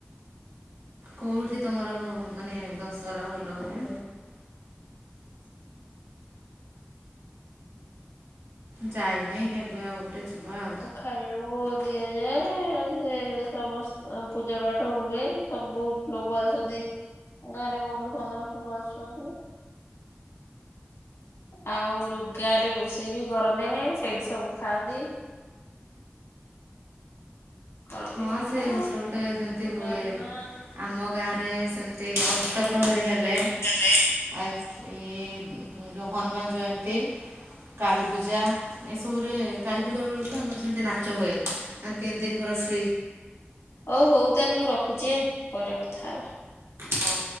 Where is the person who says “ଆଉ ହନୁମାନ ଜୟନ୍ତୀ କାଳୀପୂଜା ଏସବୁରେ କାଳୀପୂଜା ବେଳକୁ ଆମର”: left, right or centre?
Right